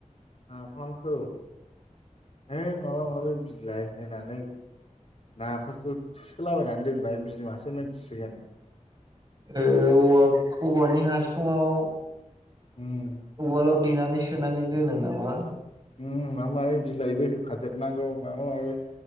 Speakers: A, on the left; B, on the right.
A: नाफामखौ है माबा माबि बिलाइ होनानै नाफोरखौ थुसोलाबायनानै दोनबाय बिमासो मोनथिसिगोन।
B: ओ औवानि हासुङाव
A: उम
B: उवालाव देनानै सोनानै दोनो नामा?
A: उम माबा माबि बिलाइबो होफादेरनांगौ माबा माबि